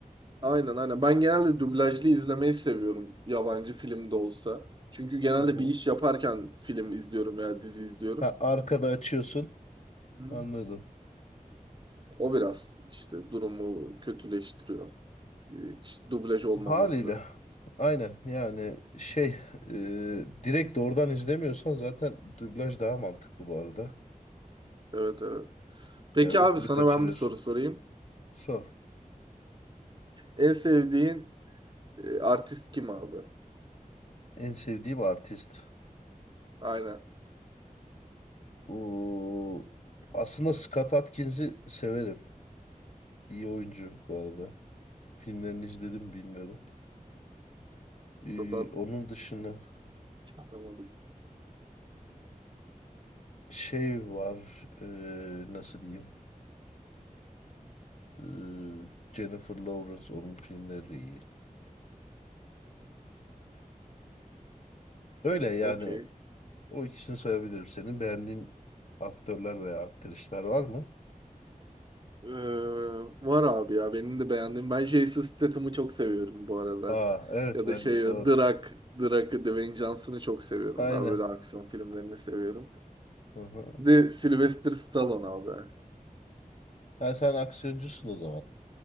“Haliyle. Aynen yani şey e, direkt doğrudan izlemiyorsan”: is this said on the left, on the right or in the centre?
Left